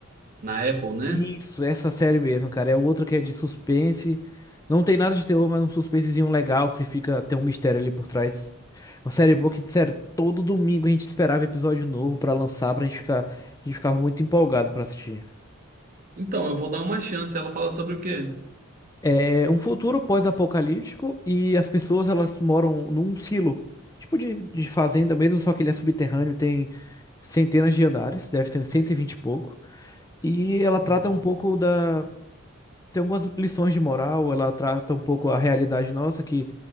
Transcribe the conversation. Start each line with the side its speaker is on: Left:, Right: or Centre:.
Right: na Apple, né?
Left: Isso, essa série mesmo, cara. É outra que é de suspense. Não tem nada de terror, mas um suspensezinho legal que você fica. Tem um mistério ali por trás. Uma série boa que, sério, todo domingo a gente esperava episódio novo pra lançar, pra gente ficar. A gente ficava muito empolgado pra assistir.
Right: Então, eu vou dar uma chance. Ela fala sobre o quê?
Left: É um futuro pós-apocalíptico e as pessoas elas moram num silo. Tipo de, de fazenda mesmo, só que ele é subterrâneo, tem centenas de andares, deve ter uns 120 e vinte e pouco. E ela
Right: Hum.
Left: trata um pouco da tem algumas lições de moral, ela trata um pouco a realidade nossa, que